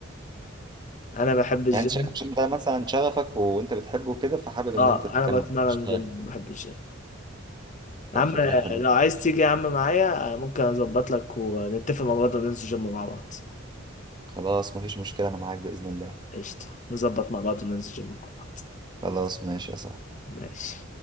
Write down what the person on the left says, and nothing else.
انا بحب الجيم
اه
انا بتمرن
جيم بحب الجيم
يا عم
لو عايز تيجي يا عم معايا آه، ممكن اظبط لك ونتفق مع بعض وننزل جيم مع بعض
قشطه نظبط مع بعض وننزل جيم مع بعض
ماشي